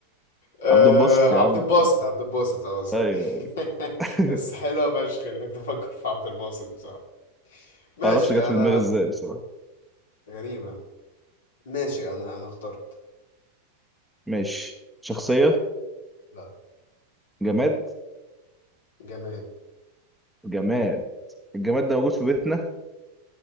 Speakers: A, on the left; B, in the centre.
A: آه
B: عبد الباسط
A: عبد
B: يا عم
A: الباسط عبد الباسط اه سوري
B: ايوه
A: <laughs>
B: <laughs>
A: بس حلوة فشخ انك تفكر <laughs> في عبد الباسط بصراحة ماشي
B: معرفش جت في
A: انا
B: دماغي ازاي بصراحة
A: غريبة ماشي انا انا اخترت
B: ماشي شخصية
A: لا
B: جماد
A: جماد
B: جماد الجماد ده موجود في بيتنا